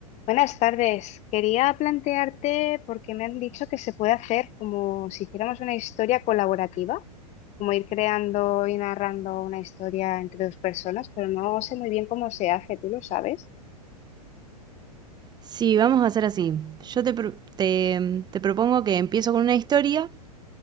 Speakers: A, on the left; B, on the right.
A: Buenas tardes. Quería plantearte, porque me han dicho que se puede hacer como si hiciéramos una historia colaborativa, como ir creando y narrando una historia entre dos personas, pero no sé muy bien cómo se hace, tú lo sabes,
B: Sí, vamos a hacer así. Yo te, pro- te, te propongo que empiezo con una historia,